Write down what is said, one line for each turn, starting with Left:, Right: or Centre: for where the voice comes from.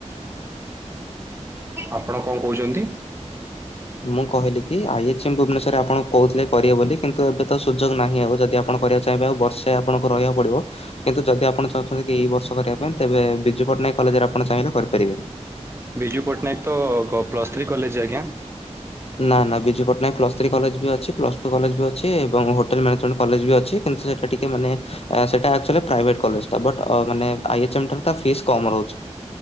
Right: ଆପଣ କଣ କହୁଛନ୍ତି?
Left: ମୁଁ କହିଲି କି ଆଇ ଏଚମ୍ ଭୁବନେଶ୍ୱରରେ ଆପଣ କହୁଥିଲେ କରିବେ ବୋଲି କିନ୍ତୁ ଏବେ ତ ସୁଯୋଗ ନାହିଁ ଆଉ ଯଦି ଆପଣ କରିବାକୁ ଚା ତେବେ ଆଉ ବର୍ଷେ ଆପଣଙ୍କୁ ରହିବାକୁ ପଡ଼ିବ। କିନ୍ତୁ ଯଦି ଆପଣ ଚାହୁଁଛନ୍ତି ଏଇ ବର୍ଷ କରିବା ପାଇଁ ତେବେ ବିଜୁ ପଟ୍ଟନାୟକ କଲେଜରେ ଆପଣ ଚାହିଁଲେ କରିପାରିବେ।
Right: ବିଜୁ ପଟ୍ଟନାୟକ ତ ପ୍ଲସ୍ ଥ୍ରୀ କଲେଜ ଆଜ୍ଞା।
Left: ନା ନା Biju Patnaik plus three college ବି ଅଛି ପ୍ଲସ୍ ଟୁ କଲେଜ ବି ଅଛି ଏବଂ <unintelligible> କଲେଜ ବି ଅଛି କିନ୍ତୁ ସେଟା ଟିକେ ମାନେ ସେଟା ଆକ୍‌ଚ୍ବାଲି ପ୍ରାଇଭେଟ କଲେଜ୍ ବଟ ଅ ମାନେ ଆଇ ଏଚ୍ ନିଠାରୁ ତା ଫିସ୍ କମ ରହୁଛି।